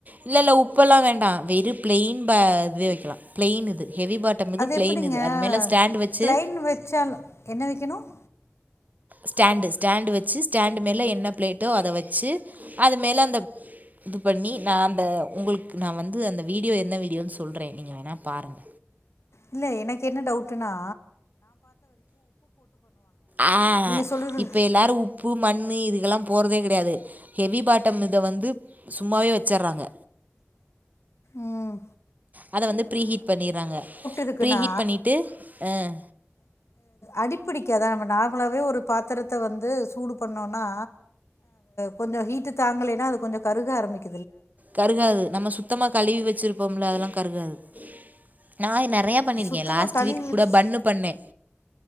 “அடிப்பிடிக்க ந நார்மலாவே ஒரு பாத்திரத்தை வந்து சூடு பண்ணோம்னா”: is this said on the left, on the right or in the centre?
Left